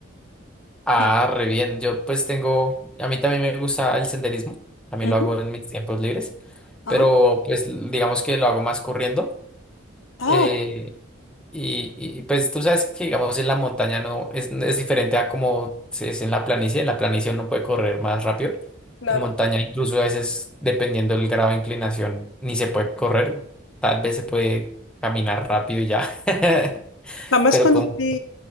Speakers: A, in the centre; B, on the left (about 80°).
A: Ah,
B: Y,
A: re bien. Yo pues tengo, a mí también me gusta el senderismo, también
B: ujú,
A: lo hago en mis tiempos libres,
B: ajá.
A: pero pues digamos que lo hago más corriendo.
B: Ah,
A: eh,
B: qué-
A: y, y, pues tú sabes que digamos en la montaña no es, es diferente a como se- es en la planicie, en la planicie uno puede correr más rápido.
B: claro.
A: En montaña incluso a veces dependiendo del grado de inclinación ni se puede correr, tal vez se puede caminar rápido y ya, <laughs>
B: Jamás
A: pero
B: conocí,
A: como...